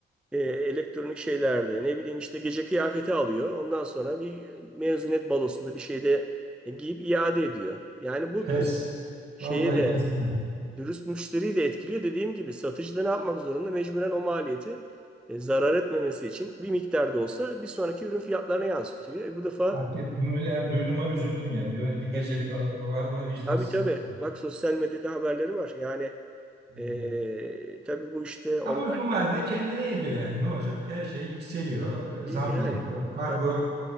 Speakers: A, in the centre; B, on the right.
A: e, elektronik şeylerde ne bileyim işte gece kıyafeti alıyor. Ondan sonra bir mezuniyet balosunda bir şeyde e, giyip iade ediyor. Yani bu
B: Pes.
A: dürüst şeye
B: Vallahi
A: de
B: pes yani.
A: Dürüst müşteriyi de etkiliyor. Dediğim gibi satıcı da ne yapmak zorunda? Mecburen o maliyeti e, zarar etmemesi için bir miktar da olsa bir sonraki ürün fiyatlarına yansıtıyor. E, bu defa
B: Hakikaten bunu ya duyduğuma üzüldüm yani. Böyle bir gecelik
A: evet.
B: alıp vallahi vicdansızlık.
A: tabii tabii. Bak sosyal medyada haberleri var. Yani
B: Hmm.
A: e, tabii bu işte online
B: Ama uzun vadede kendine ediyor yani. Ne olacak? Her şey yükseliyor.
A: değil
B: Zam
A: yani.
B: geliyor. Kargo
A: Tabii,